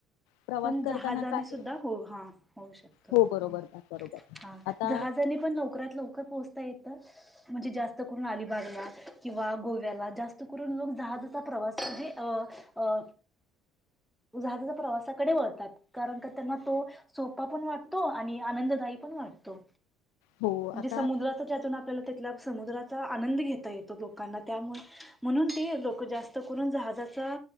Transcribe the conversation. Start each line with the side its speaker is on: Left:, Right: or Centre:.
Left: प्रवास
Centre: पण जहाजाने
Left: करताना काही
Centre: सुद्धा हो हा होऊ शकत,
Left: हो बरोबर
Centre: ह
Left: बरोबर
Centre: हा
Left: आता
Centre: जहाजाने पण लवकरात लवकर पोहोचता येत. म्हणजे जास्त करून अलिबागला किंवा गोव्याला जास्त करून लोक जहाजचा प्रवास म्हणजे अ अ जहाजचा प्रवासाकडे वळतात. कारण का त्यांना तो, सोपा पण वाटतो आणि आनंददायी पण वाटतो.
Left: हो
Centre: म्हणजे
Left: आता
Centre: समुद्राचा ज्यातून आपल्याला त्याला समुद्रात आनंद घेता येतो लोकांना, त्यामुळे म्हणून ते लोक जास्त करून जहाजाचा